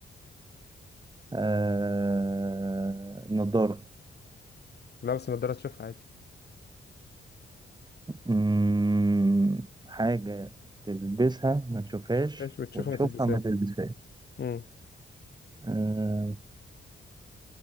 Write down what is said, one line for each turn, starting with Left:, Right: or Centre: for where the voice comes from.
Right: آه... نضارة
Left: لابس النضارة تشوفها عادي
Right: مم... حاجة تلبسها ما تشوفهاش
Left: تشوفهاش وتشوفها
Right: وتشوفها
Left: ما تلبسهاش
Right: ما تلبسهاش
Left: امم
Right: آه...